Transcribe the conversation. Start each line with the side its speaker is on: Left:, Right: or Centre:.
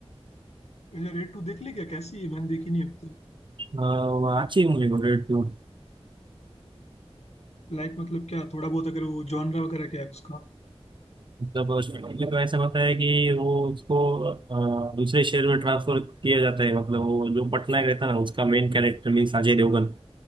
Left: है रेड टू देख ली क्या कैसी है मैंने देखी नहीं अब तक
Right: हाँ, वो अच्छी मूवी वो रेड टू
Left: लाइक मतलब क्या थोड़ा बहुत अगर वो जॉनरा वगैरह क्या है उसका
Right: मतलब उसमें तो ऐसा होता है कि वो उसको अ, दूसरे शहर में ट्रांसफर किया जाता है मतलब वो जो पटनायक रहता है ना उसका main character means Ajay Devgan